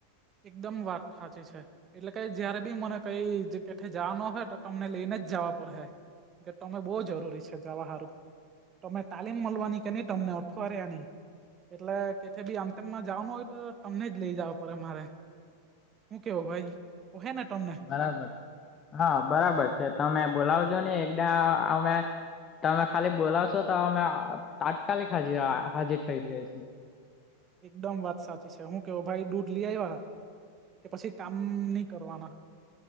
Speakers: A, on the right; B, on the left.
A: એકદમ વાત સાચી છે. એટલે કે જયારે બી મને કઈ કેઠ જવાનું હોય તો, તમને લઈને જ જવા પડેશે. કે તમે બહુ જરૂરી સારું. તમે તાલીમ મળવાની કેની, તમને અઠવાડિયાની. એટલે કેથે ભી આમતેમાં જવાનું હોય તો, તમને જ લઇ જવો પડે મારે. હું ભાઈ હહને તમે?
B: બરાબર, હા, બરાબર છે, તમે બોલાવજો ને એકદા અમે. તમે ખાલી બોલાવશો તો, અમે તાત્કાલિક હાજી હાજર થઈ જઈશું.
A: એકદમ વાત સાચી છે, હું કેવ ભાઈ દૂર લ આવ્યા કે, પછી કામ નહી કરવાના.